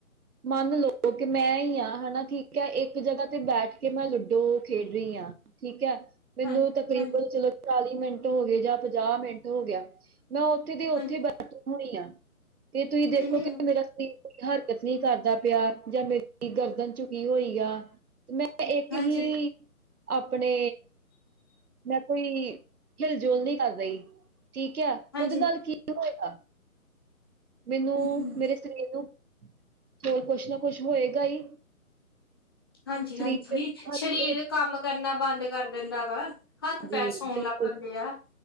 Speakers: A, on the right; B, on the left.
A: ਮੰਨ ਲਓ ਕਿ ਮੈਂ ਹੀ ਹਾਂ ਹਨਾ ਠੀਕ ਹੈ ਇੱਕ ਜਗ੍ਹਾ ਤੇ ਬੈਠ ਕੇ ਮੈਂ ਲੂਡੋ ਖੇਡ ਰਹੀ ਹਾਂ ਠੀਕ ਹੈ, ਮੈਨੂੰ
B: ਹਾਂ
A: ਤਕਰੀਬਨ
B: ਹਾਂਜੀ
A: ਚਲੋ ਚਾਲੀ ਮਿੰਟ ਹੋ ਗਏ ਜਾਂ ਪੰਜਾਹ ਮਿੰਟ ਹੋ ਗਿਆ। ਮੈਂ ਉੱਥੇ ਦੀ ਉੱਥੇ
B: ਹਾਂਜੀ
A: ਬੈਠੀ ਹੋਈ ਹਾਂ, ਤੇ ਤੁਸੀਂ ਦੇਖੋਗੇ
B: ਹਮ
A: ਮੇਰਾ ਸਰੀਰ ਕੋਈ ਹਰਕਤ ਨਹੀ ਕਰਦਾ ਪਿਆ ਜਾਂ ਮੇਰੀ ਗਰਦਨ ਝੁਕੀ ਹੋਈ ਆ ਮੈਂ ਇੱਕ
B: ਹਾਂਜੀ
A: ਹੀ ਆਪਣੇ ਮੈਂ ਕੋਈ ਹਿਲ-ਜੁਲ ਨਹੀਂ ਕਰ ਰਹੀ, ਠੀਕ ਹੈ,
B: ਹਾਂਜੀ
A: ਉਹਦੇ ਨਾਲ ਕੀ ਕੀ ਹੋਏਗਾ, ਮੈਨੂੰ
B: ਹਮ
A: ਮੇਰੇ ਸਰੀਰ ਨੂੰ ਚਰ ਕੁਛ ਨਾ ਕੁਛ ਹੋਏਗਾ ਹੀ।
B: ਹਾਂਜੀ,
A: ਸਰੀਰ
B: ਹਾਂਜੀ
A: ਦੇ ਹੱਥ
B: ਸਰੀਰ
A: ਦੇ ਵਿੱਚ
B: ਕੰਮ ਕਰਨਾ ਬੰਦ ਕਰ ਦਿੰਦਾ ਵਾ ਹੱਥ-ਪੈਰ
A: ਜੀ
B: ਸੌਣ
A: ਬਿਲਕੁਲ,
B: ਲੱਗ ਪੈਂਦੇ ਆ।